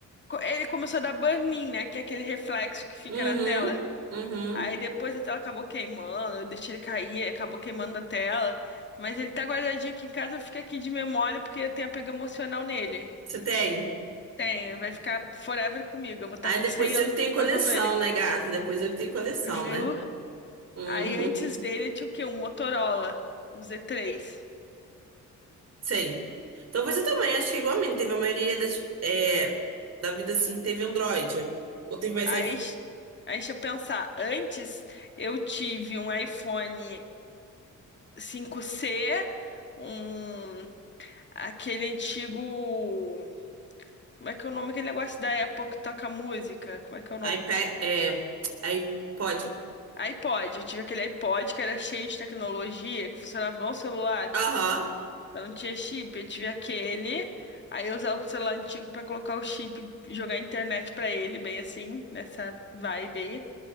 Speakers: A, on the left (about 35°); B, on the right (about 50°).
A: co- Ele começou a dar burn-in, né? Que é aquele reflexo que fica
B: Uhum,
A: na tela.
B: uhum.
A: Aí depois a tela acabou queimando, eu deixei ele cair, aí acabou queimando a tela. Mas ele tá guardadinho aqui em casa, fica aqui de memória porque eu tem apego emocional nele.
B: Você tem?
A: Tem, vai ficar forever comigo. Eu vou estar
B: Aí
A: com
B: depois
A: 100 anos
B: eu que tenho
A: levando
B: coleção,
A: ele.
B: né, gata? Depois eu que tenho coleção,
A: Viu?
B: né? Hum.
A: Aí antes dele eu tinha o quê? Um Motorola, um z três
B: <laughs> Sei. Então você também, acho que igual a mim, teve a maioria das, é, da vida assim, teve Android. Ou teve mais
A: Aí,
B: iP-
A: s- aí deixa eu pensar. Antes eu tive um iPhone cinco c um Aquele antigo. Como é que é o nome? Aquele negócio da Apple que toca música. Como é que é o nome?
B: iPad, é, iPod.
A: iPod. Eu tive aquele iPod que era cheio de tecnologia, que funcionava igual um celular.
B: Aham.
A: Eu não tinha chip. Eu tive aquele. Aí eu usava um celular antigo pra colocar o chip, jogar internet pra ele, bem assim, nessa vibe aí.